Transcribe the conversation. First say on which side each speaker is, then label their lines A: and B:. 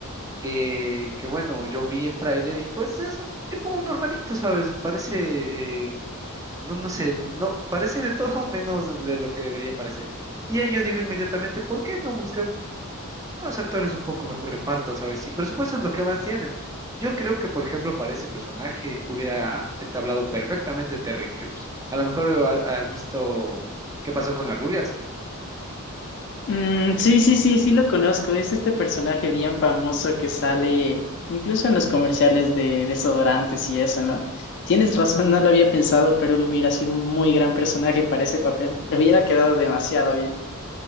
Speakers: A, on the right (about 15°); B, on the left (about 55°).
A: que, que bueno, yo vi el tráiler y pues es un tipo normalito, ¿sabes? Parece, eh, no, no sé, no, parece de todo <laughs> menos de lo que debería parecer. Y ahí yo digo inmediatamente, ¿por qué no buscan unos actores un poco mejor reparto, ¿sabes? Y presupuesto es lo que más tienen. Yo creo que, por ejemplo, para ese personaje hubiera entablado perfectamente Terry Crews. A lo mejor eh, ha- has visto qué pasó con las rubias.
B: Mm, sí, sí, sí, sí lo conozco. Es este personaje bien famoso que sale incluso en los comerciales de desodorantes y eso, ¿no? Tienes razón, no lo había pensado, pero él hubiera sido un muy gran personaje para ese papel. Le hubiera quedado demasiado bien.